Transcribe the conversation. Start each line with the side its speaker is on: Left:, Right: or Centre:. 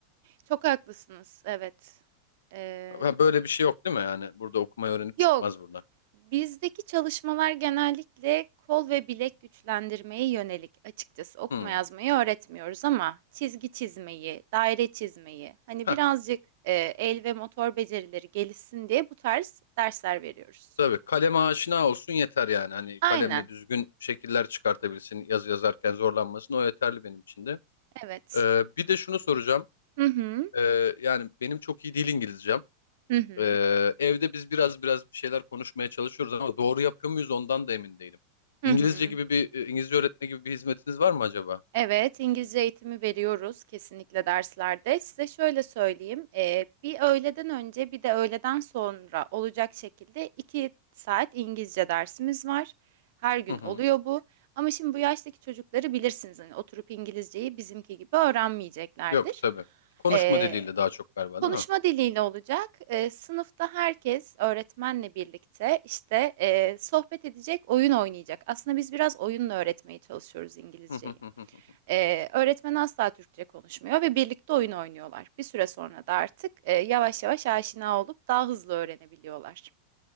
Right: Çok haklısınız. Evet. Ee,
Left: Ha, böyle bir şey yok değil mi yani burada okumayı öğrenip
Right: yok.
Left: çıkmaz buradan.
Right: Bizdeki çalışmalar genellikle kol ve bilek güçlendirmeye yönelik. Açıkçası okuma
Left: Hmm.
Right: yazmayı öğretmiyoruz ama çizgi çizmeyi, daire çizmeyi, hani
Left: Heh,
Right: birazcık e, el ve motor becerileri gelişsin diye bu tarz dersler veriyoruz.
Left: tabii kaleme aşina olsun yeter yani hani
Right: Aynen.
Left: kalemle düzgün şekiller çıkartabilsin yazı yazarken zorlanmasın o yeterli benim için de.
Right: Evet.
Left: Ee, bir de şunu soracağım
Right: Hı hı.
Left: Ee, yani benim çok iyi değil İngilizcem.
Right: Hı hı.
Left: Ee, evde biz biraz biraz bir şeyler konuşmaya çalışıyoruz ama doğru yapıyor muyuz ondan da emin değilim.
Right: Hı
Left: İngilizce
Right: hı.
Left: gibi bir e, İngilizce öğretme gibi bir hizmetiniz var mı acaba?
Right: Evet, İngilizce eğitimi veriyoruz kesinlikle derslerde. Size şöyle söyleyeyim, eee, bir öğleden önce bir de öğleden sonra olacak şekilde iki saat İngilizce dersimiz var. Her gün
Left: Hı hı.
Right: oluyor bu. Ama şimdi bu yaştaki çocukları bilirsiniz, hani oturup İngilizceyi bizimki gibi öğrenmeyeceklerdir.
Left: Yok tabii. Konuşma
Right: Eee,
Left: diliyle daha çok galiba
Right: konuşma
Left: değil mi?
Right: diliyle olacak. Eee, sınıfta herkes öğretmenle birlikte işte eee, sohbet edecek, oyun oynayacak. Aslında biz biraz oyunla öğretmeye çalışıyoruz İngilizceyi.
Left: Hı hı hı hı.
Right: Ee, öğretmen asla Türkçe konuşmuyor ve birlikte oyun oynuyorlar. Bir süre sonra da artık e, yavaş yavaş aşina olup daha hızlı öğrenebiliyorlar.